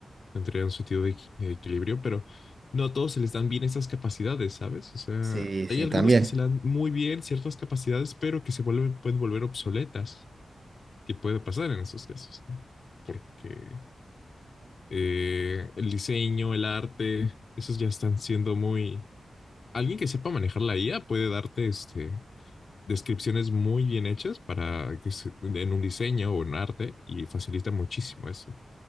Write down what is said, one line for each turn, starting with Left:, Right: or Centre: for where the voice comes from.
Left: tendría un sentido de, equi- de equilibrio, pero no a todos se les dan bien esas capacidades, ¿sabes? O sea,
Right: Sí, sí,
Left: hay algunos
Right: también.
Left: que se le dan muy bien ciertas capacidades, pero que se vuelven, pueden volver obsoletas, que puede pasar en esos casos, ¿no? Porque eh, el diseño, el arte, esos ya están siendo muy... Alguien que sepa manejar la IA puede darte este descripciones muy bien hechas para que se- en un diseño o en arte y facilita muchísimo eso.